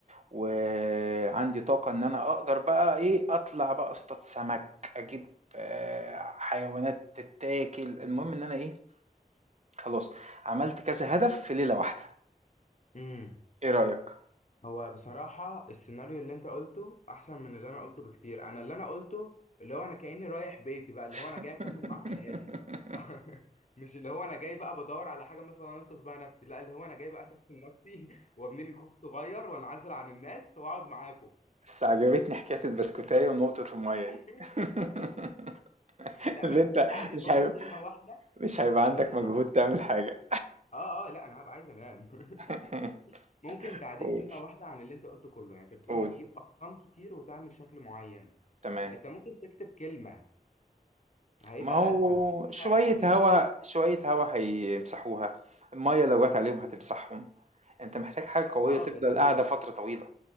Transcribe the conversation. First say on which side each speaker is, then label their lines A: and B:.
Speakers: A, on the right (about 50°); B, on the left (about 50°).
A: وعندي طاقة إن أنا أقدر بقى إيه، أطلع بقى أصطاد سمك، أجيب آه، حيوانات تتاكل، المهم إن أنا إيه، خلاص عملت كذا هدف في ليلة واحدة،
B: امم
A: إيه رأيك؟
B: هو بصراحة السيناريو اللي انت قلته احسن من اللي انا قلته بكتير انا اللي انا قلته اللي هو انا كأني رايح بيتي بقى
A: <laughs>
B: اللي هو انا جاي اكمل معاكم حياتي <laughs> مش اللي هو انا جاي بقى بدور على حاجة مثلا انقذ بيها نفسي لا اللي هو انا جاي بقى اسفل نفسي <laughs> وابني لي كوخ صغير وانعزل عن الناس واقعد معاكم
A: بس عجبتني حكاية البسكوتاية ونقطة المَيّة
B: <laughs>
A: دي. <laughs>
B: لا
A: اللي
B: بس
A: أنت
B: في تعديل
A: مش
B: برضو
A: هي
B: كلمة واحدة
A: مش هيبقى عندك
B: ممكن
A: مجهود تعمل حاجة.
B: اه اه لا انا هبقى عايز انام
A: <laughs>
B: <laughs> ممكن تعديل
A: قُل،
B: كلمة واحدة عن اللي انت قلته كله يعني انت بتقول
A: قُل.
B: هتجيب اقسام كتير وتعمل شكل معين
A: تمام.
B: انت ممكن تكتب كلمة هيبقى
A: ما هو
B: اسهل انت
A: شوية
B: الطيارة
A: هوا شوية هوا هيمسحوها، المَيّة لو جات عليهم هتمسحهم، أنت محتاج حاجة قوية
B: اه
A: تفضل
B: بس
A: قاعدة فترة طويلة.